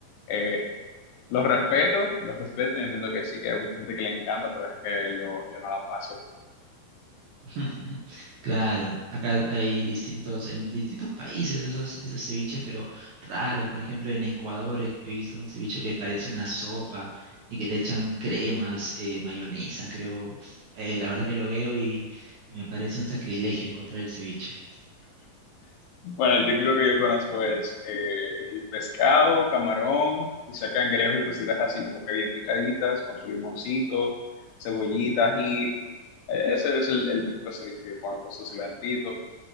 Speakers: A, on the left; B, on the right.
A: Eh, los respeto, los respeto y entiendo que sí, que hay mucha gente que le encanta, pero es que yo, yo no la paso.
B: <laughs> Claro, acá hay distintos, en distintos países esos, esos ceviches, pero raros. Por ejemplo, en Ecuador he he visto un ceviche que parece una sopa y que le echan cremas, eh, mayonesa, creo. Eh, la verdad que lo veo y, y me parece un sacrilegio encontrar el ceviche.
A: Bueno, el típico que yo conozco es eh, el pescado, camarón, quizá cangrejo y cositas así como que bien picaditas, con su limoncito, cebollitas y ese es el, el típico ceviche que yo conozco, su cilantrito,